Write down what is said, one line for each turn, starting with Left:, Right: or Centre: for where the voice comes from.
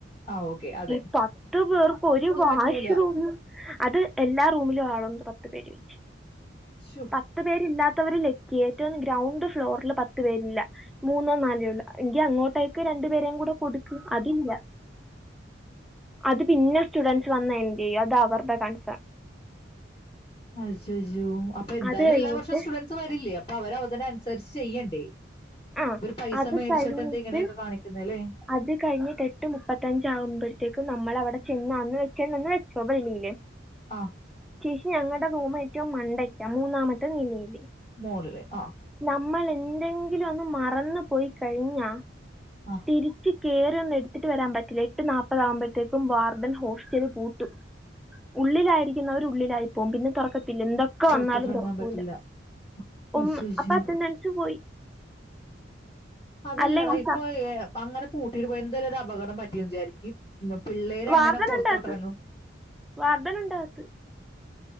Left: ആ ഓക്കെ അതെ
Centre: ഈ പത്ത് പേർക്ക് ഒരു വാഷ്റൂമ്
Left: പറ്റൂല
Centre: അത് എല്ലാ റൂമിലും ആളൊണ്ട് പത്ത് പേര് വെച്ച്
Left: ശു
Centre: പത്ത് പേര് ഇല്ലാ ത്തവര് ലക്കി ഏറ്റവും ഗ്രൗണ്ട് ഫ്ലോറില് പത്ത് പേരില്ല മൂന്നോ നാലോ ഒള്ള് എങ്കി അങ്ങോട്ടേക്ക് രണ്ടു പേരേം കൂടെ കൊടുക്ക് അതില്ല അത് പിന്നെ സ്റ്റുഡൻറ്സ് വന്ന എന്തെയ്യും അതാ അവരുടെ കൺസേൺ
Left: അഹ് <unintelligible> അജോജോ അപ്പൊ എന്തായാലും
Centre: അത് കഴിഞ്ഞിട്ട്
Left: എല്ലാ വർഷം സ്റ്റുഡൻറ്സ് വരില്ലേ അപ്പൊ അവര അവ <unintelligible> സെർച്ച് ചെയ്യണ്ടേ
Centre: ആ
Left: ഇവര് പൈസ
Centre: അത്
Left: മേടിച്ചിട്ട്
Centre: കഴിഞ്ഞിട്ട്
Left: എന്തേ ഇങ്ങനെയൊക്കെ കാണിക്കുന്നേ ല്ലേ
Centre: അത് കഴിഞ്ഞിട്ട് എട്ട് മുപ്പത്തഞ്ച് ആവുമ്പഴത്തേക്കും നമ്മളവടെ ചെന്ന് അന്ന് വെച്ചേ ന്നന്ന് വെച്ചോ വെളിയില്
Left: ആഹ്
Centre: ചേഷി ഞങ്ങടെ റൂം ഏറ്റവും മണ്ടയ്ക്ക മൂന്നാമ ത്തെ നിലയില്
Left: മോളില്. ആ,
Centre: നമ്മളെ എന്തെങ്കിലും ഒന്ന് മറന്ന് പോയി കഴിഞ്ഞാ
Left: ആഹ്‌
Centre: തിരിച്ച് കേറാൻ എടുത്തിട്ട് വരാൻ പറ്റില്ല എട്ട് നാപ്പതാകുമ്പോഴ്ത്തേക്കും വാർഡൻ ഹോസ്റ്റല് പൂട്ടും ഉള്ളിലായിരിക്കുന്നവർ ഉള്ളിലായി പോകും പിന്നെ തൊറക്ക പിന്നെന്തോക്കെ
Left: പുറത്തോട്ടിറങ്ങാൻ
Centre: വന്നാലും തോർക്കൂല
Left: പറ്റില്ല. അ അയ്യയ്യോ!
Centre: ഉം അപ്പൊ അറ്റെൻഡെൻസ് പോയി
Left: അതല്ലടാ
Centre: അല്ലെങ്കിൽ
Left: ഇപ്പൊ യെ അങ്ങനെ പൂട്ടിട്ട് പോയ എന്റെലൊരാപകടം പറ്റിന്ന് വിചാരിക്കി <unintelligible> പിള്ളേരെങ്ങനെ
Centre: വാർഡൻ
Left: പുറത്തോട്ടിറങ്ങും
Centre: ഉണ്ടാകത്ത് വാർഡൻ ഉണ്ടാകത്ത്